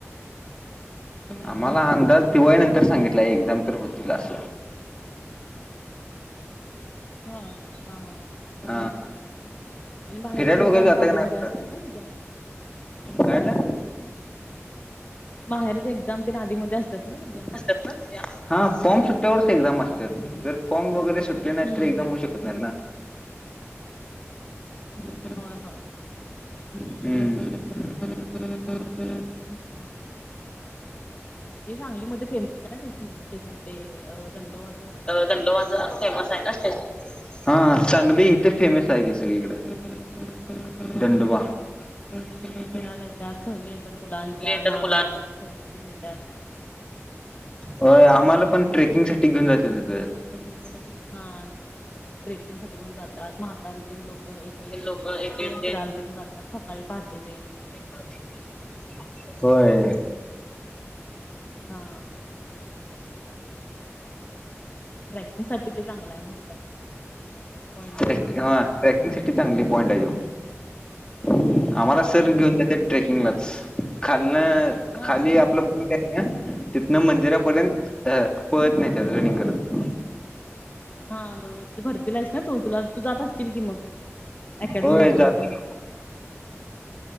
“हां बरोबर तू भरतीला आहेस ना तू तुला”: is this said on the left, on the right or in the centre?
Left